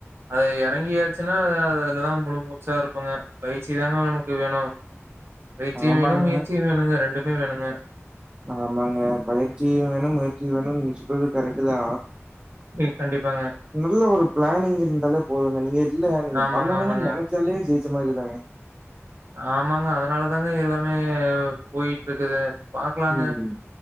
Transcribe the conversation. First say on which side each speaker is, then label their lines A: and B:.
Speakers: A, on the right (about 55°); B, on the right (about 20°).
A: அது எறங்கியாச்சுன்னா அதுலதா முழு மூச்சா இருப்பங்க பயிற்சி தாங்க நமக்கு வேணு பயிற்சியும்
B: ஆமாங்க,
A: வேணும் முயற்சியும் வேணுங்க ரெண்டுமே வேணுங்க
B: ஆமாங்க பயிற்சியு வேணும் முயற்சியு வேணும்னு நீங்க சொல்றது கரெக்ட் தா
A: ம் கண்டிப்பாங்க.
B: நல்ல ஒரு பிளானிங் இருந்தாலே போதுங்க நீங்க இல்ல நீங்க
A: ஆமாங்க,
B: பண்ண வேனான்னு
A: ஆமாங்க.
B: நெனைச் சாளே ஜெய்ச்ச மாரி தாங்க
A: ஆமாங்க அதனால தாங்க எல்லாமே போயிட்டு இருக்குது பாக்கலாங்க
B: ம்